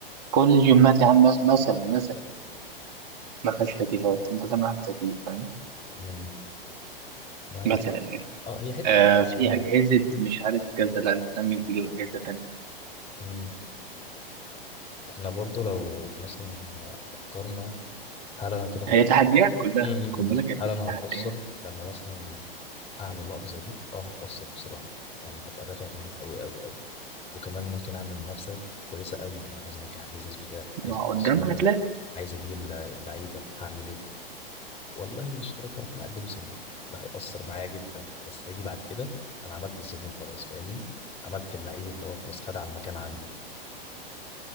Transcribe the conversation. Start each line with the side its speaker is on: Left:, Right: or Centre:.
Right: كل الجيمات يا عم مس- مثلا مثلا ما فيهاش تكييفات انت تعمل واحد بتكييف فاهم
Left: م. ما
Right: مثلا
Left: هي
Right: يعني
Left: اه هي حته
Right: آه في
Left: م-
Right: اجهزه مش عارف كذا لا انت تعمل تجيب اجهزه تانيه
Left: م. احنا برضو لو مثلا فكرنا هل انا كده هت...
Right: هي تحديات كلها
Left: م- م-
Right: خد بالك
Left: م.
Right: هي كلها
Left: هل انا
Right: تحديات
Left: هتأثر لما مثلا اعمل لقطة زي دي اه هتأثر بصراحة يعني هبقى دافع جامد قوي قوي قوي وكمان ممكن اعمل منافسة كويسة قوي وانا عايز انجح البيزنس بتاعي عايز
Right: ما قدامها
Left: السيولة
Right: هتلاقي
Left: عايز اجيب الل- اللعيبة هعمل ايه والله الاشتراك هروح مقلله سنة ده هيأثر معايا جدا بس هيجي بعد كده انا عملت الزبون خلاص فاهمني عملت اللعيب اللي هو خلاص خد على المكان عندي